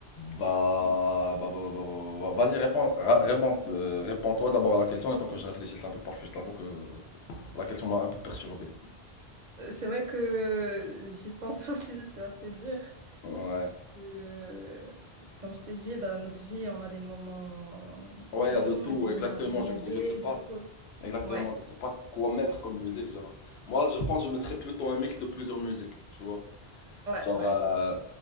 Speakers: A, on the left; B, on the right.
A: Bah, bah, bah, bah, bah, bah, bah, vas-y, réponds, ra- réponds, euh, réponds-toi d'abord à la question, le temps que je réfléchisse un peu, parce que je t'avoue que la question m'a un peu perturbé.
B: Euh, C'est vrai que j'y pense <laughs> aussi, c'est assez dur. Parce
A: Ouais.
B: que, euh, comme je t'ai dit, dans notre vie, on a des moments
A: Ouais,
B: bons
A: il y a de tout,
B: et des moments
A: exactement,
B: mauvais,
A: du coup, je sais pas.
B: du coup.
A: Exactement,
B: Ouais,
A: je sais pas quoi mettre comme musique, genre. Moi, je pense que je mettrais plutôt un mix de plusieurs musiques, tu vois.
B: ouais,
A: Genre,
B: ouais.
A: euh,